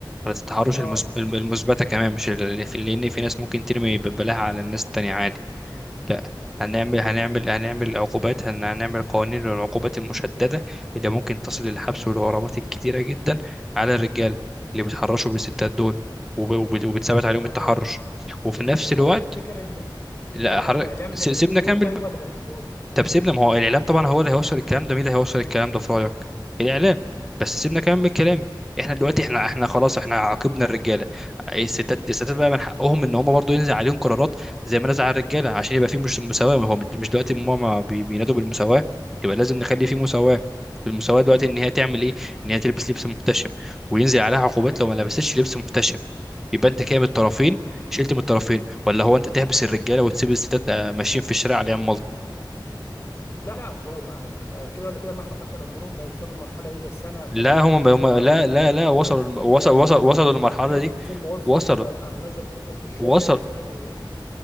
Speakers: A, in the centre; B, on the left.
A: حاله التحرش
B: اه
A: المثب- المثبته كمان مش اللي في لان في ناس ممكن ترمي ببلاها على الناس التانية عادي لا هنعمل هنعمل هنعمل عقوبات هن- هنعمل قوانين للعقوبات المشددة اللي ممكن تصل للحبس والغرامات الكتيرة جدا على الرجالة اللي بيتحرشوا بالستات دول وب- وب- وبتثبت عليهم
B: طب
A: التحرش وفي نفس الوقت
B: طب تفتكر ال-
A: لا
B: الاعلام
A: حر... س-
B: هيبقى
A: سيبنا
B: له دور
A: كمل
B: طيب ولا ملوش دور؟
A: طب سيبنا ما هو الاعلام طبعا هو اللي هيوصل الكلام ده مين اللي هيوصل الكلام ده في رايك الاعلام بس سيبنا كمان من الكلام احنا دلوقتي احنا احنا خلاص احنا عاقبنا الرجاله الستات الستات بقى من حقهم ان هم برضو ينزل عليهم قرارات زي ما نزل على الرجاله عشان يبقى في مش مساواه ما هو مش دلوقتي ماما بي- بينادوا بالمساواه يبقى لازم نخلي في مساواه المساواه دلوقتي ان هي تعمل ايه ان هي تلبس لبس محتشم وينزل عليها عقوبات لو ما لبستش لبس محتشم يبقى انت كده من الطرفين شلت من الطرفين ولا هو انت تحبس الرجاله وتسيب الستات آه، ماشيين في الشارع عليهم
B: لا لا هو ما ما- كده ولا كده مهما حصل عمرهم ما يوصلوا للمرحله دي بس انا كدوله
A: لا هم
B: مش
A: هم
B: هينفع
A: لا
B: مثلا
A: لا لا وصلوا
B: امسك ال-
A: وصلوا وصلوا وصلوا للمرحلة
B: آه، انزل
A: دي
B: موظف
A: وصلوا
B: آه، انزل موظف في الشارع
A: وصل
B: مثلا ويمسك